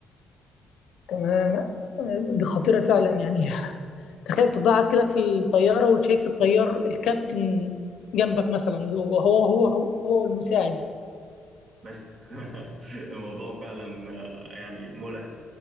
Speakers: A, on the left (about 70°); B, on the right (about 60°).
A: تمام آه، دي خطيره فعلا يعني <laughs> تخيل تبقى قاعد كده في الطياره وشايف الطيار الكابتن جنبك مثلا وهو هو هو هو والمساعد
B: بس <laughs> الموضوع فعلا آه، يعني مرعب